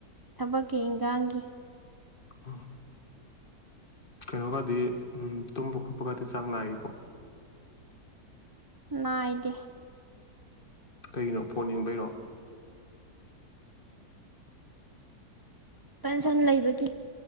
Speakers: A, on the right (about 25°); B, on the left (about 35°).
A: ꯊꯕꯛꯀꯤ ꯏꯟꯈꯥꯡꯒꯤ
B: ꯎꯝ ꯀꯩꯅꯣꯒꯗꯤ ꯎꯝ ꯇꯨꯝꯕ ꯈꯣꯠꯄꯒꯗꯤ ꯆꯥꯡ ꯅꯥꯏꯏꯕꯣ
A: ꯅꯥꯏꯗ
B: ꯀꯩꯅꯣ ꯐꯣꯟꯅꯤꯡꯕꯩꯩꯅꯣ
A: ꯄꯦꯟꯁꯟ ꯂꯩꯕꯒꯤ